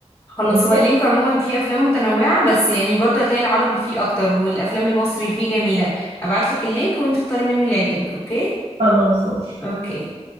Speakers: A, on the left; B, on the right.
A: خلاص
B: ماشي
A: هو اللينك عموما فيه افلام متنوعة بس يعني برضه هتلاقي العربي فيه اكتر والافلام المصري فيه جميلة هبعتلك اللينك وانتي اختاري منه اللي يعجبك اوكي
B: خلاص ماشي
A: اوكي